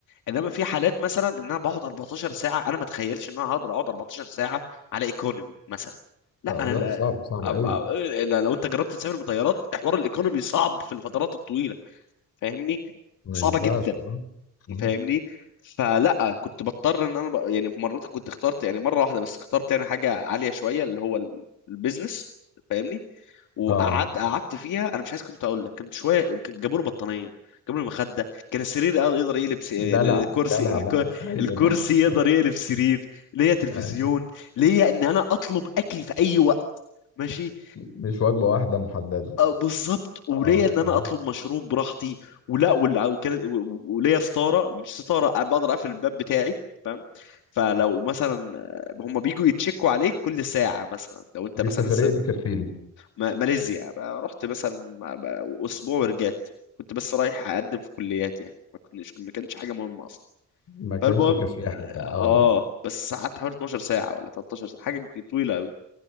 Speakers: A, on the left; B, on the left.
A: انما في حالات مثلا ان انا بقعد 14 ساعه انا ما اتخيلش ان انا هقدر اقعد 14 ساعه على ايكونومي مثلا لا
B: آه
A: انا
B: لا صعب صعب
A: أب- أب-
B: قوي
A: لا، لو انت جربت تسافر بطيارات حوار الايكونومي صعب في الفترات الطويله فاهمني
B: ما
A: صعبه
B: ينفعش
A: جدا
B: اه مم.
A: فاهمني فلا كنت بضطر ان انا ب... يعني في مرات كنت اخترت يعني مره واحده بس اخترت يعني حاجه عاليه شويه اللي هو ال- البيزنس فاهمني وقعدت
B: اه
A: قعدت فيها انا مش عايز كنت اقول لك كان شويه كان جابوا له بطانيه جابوا له مخده كان السرير يقدر يقدر يقلب س... ال-
B: دلع
A: ال- الكرسي
B: دلع
A: الك-
B: بقى ايوه
A: الكرسي
B: ده
A: يقدر يقلب سرير ليا تلفزيون
B: ايوه
A: ليا ان انا اطلب اكل في اي وقت ماشي
B: <laughs> مش وجبة واحدة محددة
A: آه، بالظبط وليا
B: اه
A: ان انا
B: اه
A: اطلب مشروب براحتي ولا ولا وكانت و- و- وليا ستاره مش ستاره بقدر اقفل الباب بتاعي فاهم فلو مثلا آه، هم بيجوا يتشكوا عليك كل ساعه مثلا لو انت
B: دي
A: مثلا
B: السفرية دي كانت فين؟
A: ما- ماليزيا بقى رحت مثلا بقى اسبوع ورجعت كنت بس رايح اقدم في كليات يعني ما كنتش ما كانتش حاجه مهمه اصلا
B: ما كانش
A: فالمهم
B: كسياحة كان اه
A: اه بس قعدت حوالي 12 ساعه ولا 13 ساعه حاجه طويله قوي